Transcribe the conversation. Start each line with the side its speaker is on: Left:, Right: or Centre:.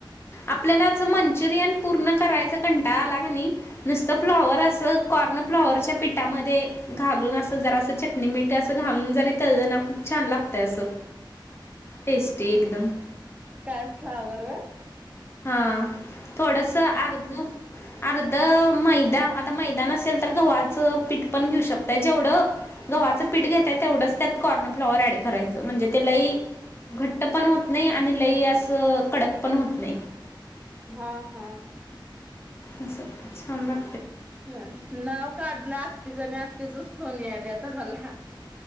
Left: आपल्याला मंचुरियन पूर्ण करायचा कंटा आला का नाही. नुसतं फ्लावर असं कॉर्न फ्लॉवरच्या पिठामध्ये घालून असं जरा असं चटणी मीठ असं घालून जरी तळ ना. छान लागतं असं टेस्टी एकदम.
Right: काय फ्लावर होय.
Left: हा थोडस अर्ध, अर्ध मैदा आता मैदान नसेल तर गव्हाचं पीठ पण घेऊ शकतय जेवढं गव्हाचं पीठ घेतताय तेवढंच त्यात कॉर्न फ्लाॉवर ऍड करायचं म्हणजे त्यालाही घट्ट पण होत नाही, आणि लई असं कडक पण होत नाही,
Right: हा हा
Left: अच् छान रा
Right: ह नाव काढलं आत्तीच मी आत्तीचच फोन याला आता मला.